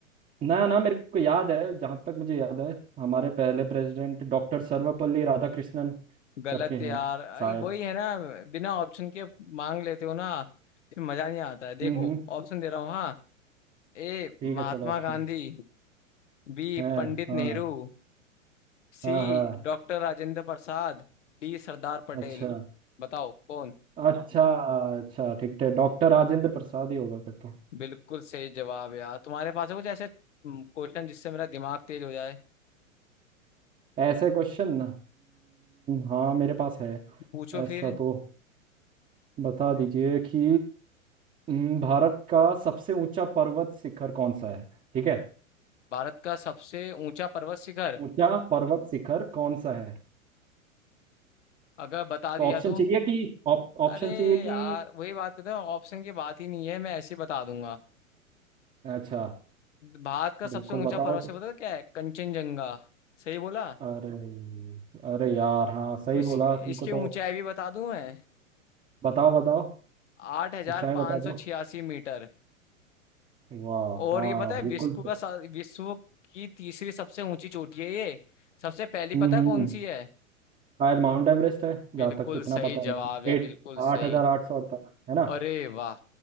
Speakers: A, on the right; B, on the left.
A: ना ना मेरे को याद है जहाँ तक मुझे याद है हमारे पहले प्रेसिडेंट डॉक्टर सर्वपल्ली राधाकृष्णन
B: गलत
A: करके हैं
B: यार आई-
A: शायद
B: वही है ना बिना ऑप्शन के मांग लेते हो ना फिर मजा नहीं आता है देखो
A: हम्म हम्म,
B: ऑप्शन दे रहा हूँ हाँ A
A: ठीक
B: Mahatma
A: है चलो ऑप्शन
B: Gandhi B
A: है
B: Pandit
A: हाँ
B: Nehru C
A: हाँ हाँ
B: doctor Rajendra Prasad D Sardar Patel
A: अच्छा
B: बताओ कौन
A: हाँ अच्छा अच्छा ठीक है डॉक्टर राजेंद्र प्रसाद ही होगा फिर तो
B: बिल्कुल सही जवाब यार तुम्हारे पास है कुछ ऐसे क्वेश्चन जिससे मेरा दिमाग तेज हो जाए
A: ऐसे क्वेश्चन हाँ मेरे पास है
B: पूछो फिर
A: ऐसा तो बता दीजिए कि हम्म, भारत का सबसे ऊंचा पर्वत शिखर कौन सा है ठीक है
B: भारत का सबसे ऊंचा पर्वत शिखर
A: ऊंचा पर्वत शिखर कौन सा है
B: अगर बता
A: तो
B: दिया
A: ऑप्शन
B: तो
A: चाहिए कि ऑप- ऑप्शन
B: अरे
A: चाहिए
B: यार
A: कि
B: वही बात करते हो ऑप्शन की बात ही नहीं है मैं ऐसे ही बता दूंगा
A: अच्छा
B: भारत का सबसे
A: बिल्कुल
B: ऊंचा
A: बताओ
B: पर्वत से
A: तो।
B: पता है क्या है कंचनजंगा सही बोला
A: अरे अरे यार हाँ सही
B: इस,
A: बोला
B: इसकी
A: तुमको तो
B: ऊंचाई भी बता दूं मैं
A: बताओ बताओ
B: आठ हजार
A: ऊंचाई
B: पांच
A: बता दो
B: सौ छियासी मीटर
A: वाह
B: और
A: हाँ
B: ये पता है
A: बिल्कुल
B: विश्व का सा- विश्व की तीसरी सबसे ऊंची चोटी है ये सबसे पहली पता
A: हम्म
B: है कौन
A: हम्म, हम्म।
B: सी है
A: शायद माउंट एवरेस्ट है
B: बिल्कुल
A: जहाँ तक इतना
B: सही
A: पता है मेरे
B: जवाब
A: को
B: है
A: एट
B: बिल्कुल
A: आठ
B: सही
A: हजार आठ सौ अड़तालीस है ना
B: अरे वाह